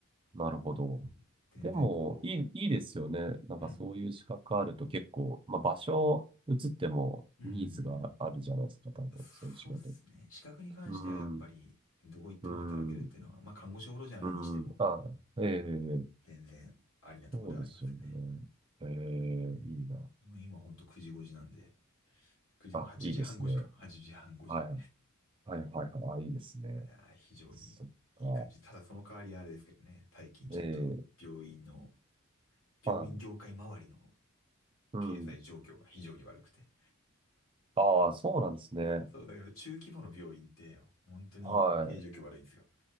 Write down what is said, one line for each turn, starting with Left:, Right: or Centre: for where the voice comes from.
Right: なるほど。
Left: うん全然こ
Right: でも、いい、いいですよね。なんかそういう資格あると結構、
Left: ううん。
Right: まあ場所移ってもニーズがあるじゃないですか。
Left: うんうんうん
Right: 多分、
Left: うん、そうですね。
Right: そういう仕事って。
Left: 資格に関してはやっぱりどこ行っても働けるっていうのは、
Right: うん。うん。
Left: まあ看護師ほどじゃないにしても
Right: うん。ああ、ええ
Left: 全然ありなところではありますよね。
Right: そうですよね。ええいいな。
Left: ねもう今ほんと9時5時なんで、9時、
Right: あ、
Left: 8時半5時か。
Right: いいですね。
Left: 8時半5時。
Right: はい。
Left: い
Right: はいはいはい。あ、いいですね。
Left: やー非常にいい感じ。
Right: そっか。
Left: ただその代わりあれですけどね、最近ちょっと病院の、
Right: ええ
Left: 病院業界周りの
Right: はい。うん。
Left: 経済状況が非常に悪くて。
Right: ああ、そうなんですね。
Left: そう、だから中規模の病院って本当に経営状況悪いんですよ。
Right: は